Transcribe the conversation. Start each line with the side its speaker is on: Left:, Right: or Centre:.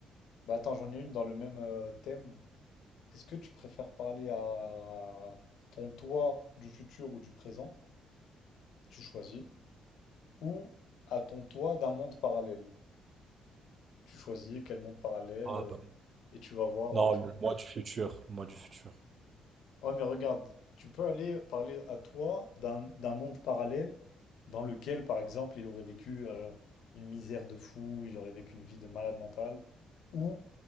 Left: Bah attends, j'en ai une dans le même euh, thème. Est-ce que tu préfères parler à ton toi du futur ou du présent? Tu choisis. Ou à ton toi d'un monde parallèle? Tu choisis quel monde parallèle
Right: Ah
Left: euh,
Right: bah.
Left: et tu vas voir.
Right: Non,
Left: euh, tu...
Right: le mois du futur, le mois du futur.
Left: Ouais, mais regarde, tu peux aller parler à toi d'un d'un monde parallèle dans lequel, par exemple, il aurait vécu euh, une misère de fou, il aurait vécu une vie de malade mental, ou